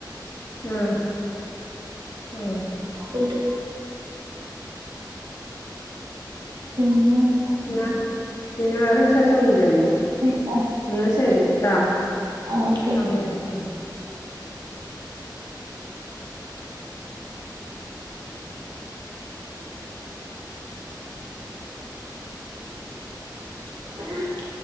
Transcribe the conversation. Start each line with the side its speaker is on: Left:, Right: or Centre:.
Left: ഉം ഉം
Right: അത്ണ്ട് പിന്നെന്താ
Left: എന്നാ പിന്നെ വേറെ വിശേഷം ഒന്നും ഇല്ലല്ലോ
Right: പിന്നെ
Left: എന്നാ ശരി ട്ടാ
Right: ആഹ് ഓക്കെ
Left: സമയായി. ഉം
Right: <unintelligible> അ <inaudible>